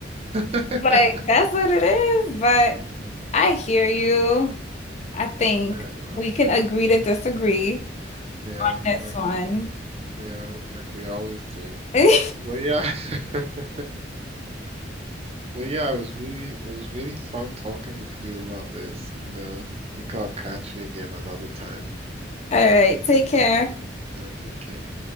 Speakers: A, on the right; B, on the left.
A: <laughs>
B: Like that's what it is, but
A: Yeah,
B: I hear you. I think
A: fair enough.
B: we can agree to disagree.
A: Yeah,
B: That's
A: like
B: fun.
A: yeah, like we always do.
B: <laughs> All
A: But yeah, <laughs> but yeah, it was really it was really fun talking with you about this, and uh, I think I'll catch you again another time.
B: right, take care.
A: Yeah, take care.